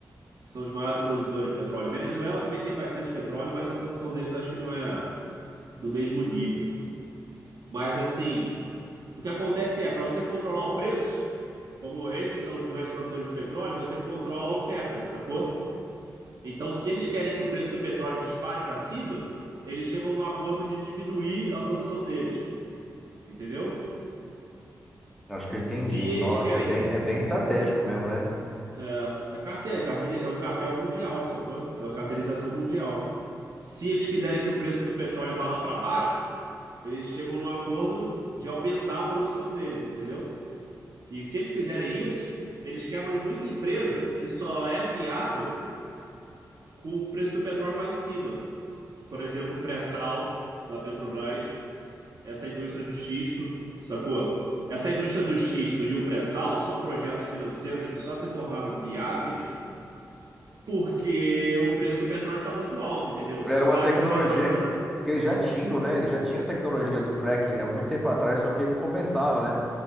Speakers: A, on the right; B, in the centre.
A: que são os maiores produtores de petróleo. Venezuela também tem bastante petróleo, mas a produção deles acho que não é do mesmo nível. Mas assim, o que acontece é, para você controlar o preço, como esses são os grandes produtores de petróleo, você controla a oferta, sacou? Então, se eles querem que o preço do petróleo dispare para cima, eles chegam no acordo de diminuir a produção deles, entendeu?
B: Acho que eu entendi.
A: Se eles
B: Nossa,
A: querem.
B: é bem, é bem estratégico mesmo, né?
A: É, é cartel, cartel, é um cartel mundial, sacou? É uma cartelização mundial. Se eles quiserem que o preço do petróleo vá lá para baixo, eles chegam no acordo de aumentar a produção deles, entendeu? E se eles fizerem isso, eles quebram muita empresa que só é viável com o preço do petróleo lá em cima. Por exemplo, o pré-sal da Petrobras Essa indústria de xisto, sacou? Essa indústria do xisto e o pré-sal são projetos financeiros que só se tornaram viáveis porque o preço do petróleo está muito alto, entendeu? Se
B: Era
A: o
B: uma
A: barril
B: tecnologia
A: do petróleo tá,
B: que eles já tinham, né? Eles já tinham tecnologia do fracking há muito tempo atrás, só que não compensava, né?